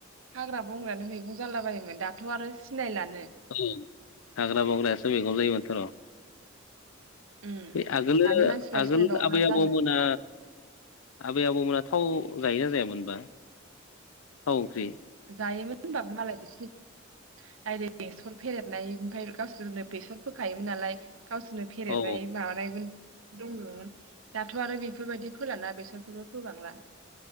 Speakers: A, on the right; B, on the left.
A: हाग्रा बंग्रायानो मैगं जाला बायोमोन दाथ' आरो सिनायलानो
B: ओं हाग्रा बंग्रायासो मैगं जायोमोनथ' र'
A: उम
B: बे आगोलो
A: दानि मानसिफ्रा
B: आगोल
A: सिनायबावला
B: आबै आबौमोना
A: जानो
B: आबै आबौमोना थाव जायोना जायामोनबा थाव ओंख्रि
A: जायोमोन होमबाबो मालाय बिसोरनि डायरेक्ट बेसर फेरेदनाय ओमफ्राय गावसोरनो बेसर फोखायोमोन नालाय गावसोरनो फेरेदनाय
B: औ
A: माबानायमोन दङ दाथ' आरो बेफोरबायदि फोलाना बेसरफोरबो फोबांला